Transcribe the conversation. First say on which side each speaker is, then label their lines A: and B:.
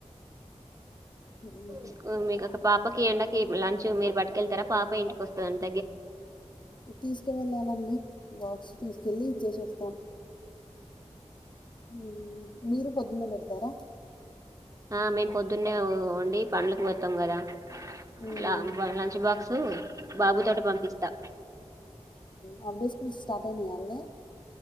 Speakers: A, on the left; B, on the right.
A: ఉమ్,
B: స్క్ మీఒక పాపకి ఎండకి లంచ్ మీరు భట్కెళ్తార పాప ఇంటికి వస్తంద్
A: తీసుకు వెళ్ళాలండి బాక్స్ తీసుకెళ్ళి ఇచ్చేసివస్తాం ఉ మీరు పొద్దున్నే పెడతారా
B: ఆ మేము పొద్దున్నే వండి పండ్లకు పోతాం గదా
A: ఉమ్,
B: ల వ లంచ్ బాక్సు బాబు తోటి పంపిస్తా.
A: హాఫ్డే స్కూల్ స్టార్ట్ అయినాయాండి